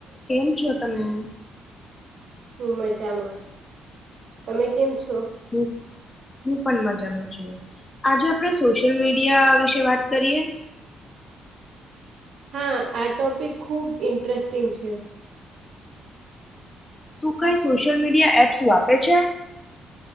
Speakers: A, on the left; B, on the right.
A: કેમ છો તમે
B: હું મજામાં તમે કેમ છો
A: હમ હું પણ મજામાં છું આજે આપણે સોશિયલ મીડિયા વિશે વાત કરીએ
B: હા આ ટોપિક ખુબ ઇન્ટરેસ્ટિંગ છે
A: તું કઈ સોશિયલ મીડિયા એપ્સ વાપરે છે